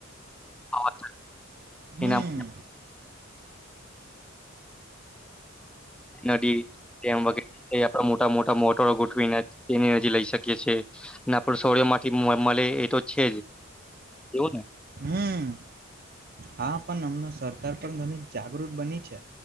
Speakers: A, in the centre; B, on the right (about 45°).
A: હા
B: હમ
A: એનામ નદી ડેમ વગેરે આપડા મોટા મોટા મોટરો ગોઠવીને તેની નજી લઈ શકીએીએ અને સોર્ય માંથી મળે એ તો છે એવું ને
B: હમ હા પણ અમણા સરકાર પણ ઘણી જાગૃત બની છે